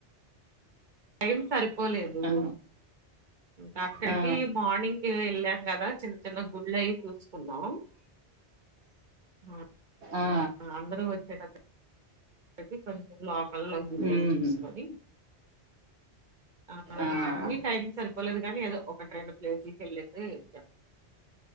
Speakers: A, on the right; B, on the right.
A: ఏం సరిపోలేదు
B: ఆ
A: ఇంకా అక్కడికి
B: ఆ
A: మార్నింగ్ వెళ్ళాం కదా చిన్న చిన్న గుళ్ళ అయి చూసుకున్నాం ఆ
B: ఆ
A: అందరూ వచ్చేటట్టు ప్రతి <unintelligible> ప్ర లోకల్లో గుడ్లు
B: ఉమ్
A: అయి చూసుకొని ఆ
B: ఆ
A: అన్నీ టైమ్ సరిపోలేదు కానీ ఏదో ఒకటి రెండు ప్లేసీ కెళ్లేసె వచ్చా